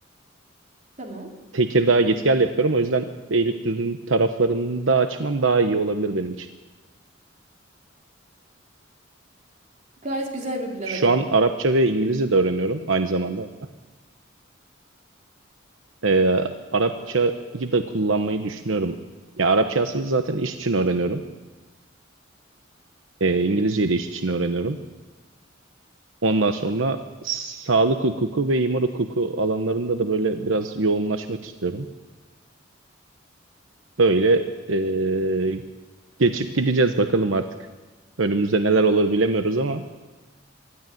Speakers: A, on the right (about 40°); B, on the right (about 80°).
A: Tamam.
B: Tekirdağ'a git gel yapıyorum. O yüzden Beylikdüzü'nün taraflarında açmam daha iyi olabilir benim için.
A: Gayet güzel bir plana
B: Şu
A: benziyor.
B: an Arapça ve İngilizce de öğreniyorum aynı zamanda. Ee, Arapçayı da kullanmayı düşünüyorum. Ya Arapça aslında zaten iş için öğreniyorum. Ee, İngilizceyi de iş için öğreniyorum. Ondan sonra sağlık hukuku ve imar hukuku alanlarında da böyle biraz yoğunlaşmak istiyorum. Böyle ee, geçip gideceğiz bakalım artık. Önümüzde neler olur bilemiyoruz ama.